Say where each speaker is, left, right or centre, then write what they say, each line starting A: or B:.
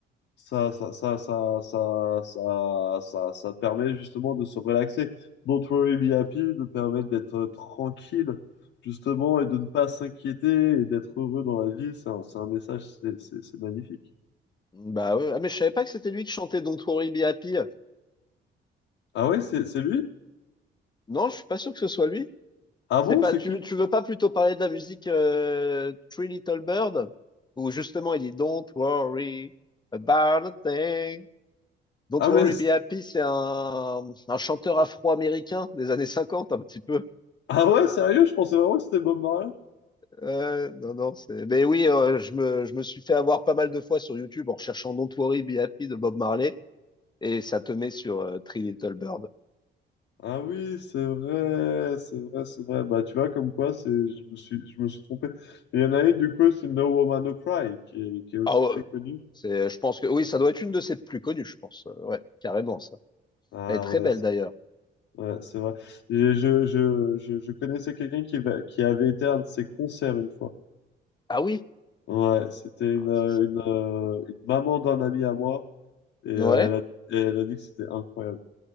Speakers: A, on the left; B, on the left.
A: ça, ça, ça, ça, ça, ça, ça, ça permet justement de se relaxer. Don't Worry, Be Happy nous permet d'être euh, tranquille, justement, et de ne pas s'inquiéter et d'être heureux dans la vie. C'est un, c'est un message, c'est c'est- c'est magnifique.
B: Bah ouais, ah, mais je savais pas que c'était lui qui chantait Don't Worry Be Happy.
A: Ah ouais, c'est c'est lui?
B: Non, je suis pas sûr que ce soit lui.
A: Ah
B: C'est
A: bon,
B: pas,
A: c'est
B: tu,
A: qui?
B: tu veux pas plutôt parler de la musique euh, Three Little Bird, où justement il dit Don't worry about a thing. Don't
A: Ah,
B: worry
A: mais
B: be happy, c'est un, un chanteur afro-américain des années 50 un petit peu.
A: Ah ouais, sérieux? Je pensais vraiment que c'était Bob Marley.
B: Euh, non, non, c'est. Mais oui, euh, je me, je me suis fait avoir pas mal de fois sur YouTube en recherchant Don't worry be happy de Bob Marley, et ça te met sur euh, Three Little Bird.
A: Ah oui, c'est vrai, c'est vrai, c'est vrai. Bah tu vois, comme quoi, c'est, je me suis, je me suis trompé. Il y en a une, du coup, c'est No Woman No Cry, qui est, qui est aussi
B: Ah ouais,
A: très connue.
B: c'est, je pense que oui, ça doit être une de ses plus connues, je pense. Euh, Ouais, carrément ça.
A: Ah
B: Elle est très
A: ouais,
B: belle
A: c'est
B: d'ailleurs.
A: ouais, c'est vrai. Je, je, je, je, je connaissais quelqu'un qui, va- qui avait été à un de ses concerts une fois.
B: Ah oui.
A: Ouais, c'était une,
B: Ah
A: euh,
B: ouais, ça, ça-
A: une, euh, une maman d'un ami à moi, et euh,
B: Ouais.
A: elle a, et elle a dit que c'était incroyable.